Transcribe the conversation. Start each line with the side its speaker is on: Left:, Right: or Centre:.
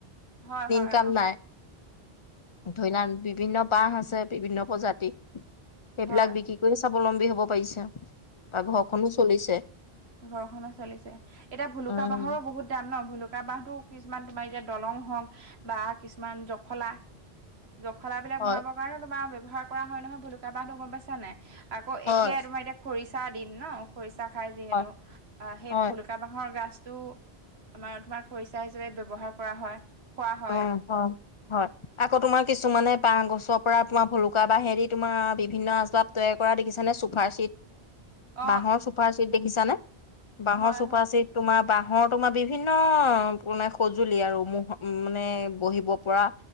Right: হয়-হয়।
Left: কাম নাই ধৰি না বিভিন্ন বাহ আছে, বিভিন্ন প্ৰজাতি সেইবিলাক
Right: হয়
Left: বিক্ৰী কৰি স্বাৱলম্বী হব পাৰিছে। অ, ঘৰখনো চলিছে।
Right: ঘৰখনো চলিছে এতিয়া ভুলুকা
Left: উম
Right: বাঁহৰো বহুত তাম ন ভুলুকা বাঁহতো কিছুমান তোমা এতিয়া দলং হওক বা কিছুমান জখলা তা জখলা বিলাক
Left: হয়
Right: বনাব কাৰণে তোমাৰ ব্যৱহাৰ কৰা হয় নহয় ভুলুকা বাঁহতো গম পাইছা নাই? আকৌ
Left: হয়
Right: এতিয়া তোমাৰ এতিয়া খৰিচা দিন ন খৰিচা খাই যিহেতু
Left: হয়
Right: অহ, সেই
Left: হয়
Right: ভুলো কা বাঁহৰ গাছটো আমাৰ তোমাৰ খৰিচা হিচাপে ব্যৱহাৰ কৰা হয়। খোৱা হয়
Left: অ, হয়-হয়। আকৌ তোমা কিছুমানে বাঁ গছৰ পৰা তোমা ভলুকা বাঁহেদি তোমা বিভিন্ন আচবাব তৈয়াৰ কৰা দেখিছ নে চুফাৰ চিট
Right: অ
Left: বাঁহৰ ছুপাৰ চিট, দেখিছানে? বাঁহৰ
Right: অ হয়
Left: চুপাৰ
Right: হয়
Left: চিত। তোমাৰ বাঁহৰ তোমাৰ বিভিন্ন মানে সজুলি আৰু ম উম, মানে বহিব পৰা